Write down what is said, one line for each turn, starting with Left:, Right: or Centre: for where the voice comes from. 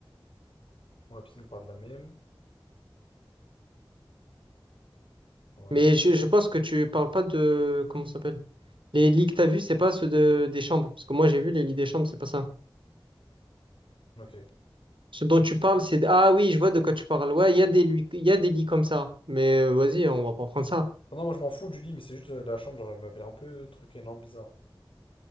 Left: Bon, la piscine, on parle de la même. Ouais.
Right: Mais je, je pense que tu parles pas de... Comment ça s'appelle? Les lits que t'as vus, c'est pas ceux de, des chambres. Parce que moi, j'ai vu les lits des chambres, c'est pas ça.
Left: Ok.
Right: Ce dont tu parles, c'est... Ah oui, je vois de quoi tu parles. Ouais, il y a des, lui, il y a des lits comme ça. Mais euh, vas-y, on va pas prendre ça.
Left: Ah non, moi, je m'en fous du lit, mais c'est juste euh, la chambre, genre, elle m'avait un peu truc énorme, bizarre.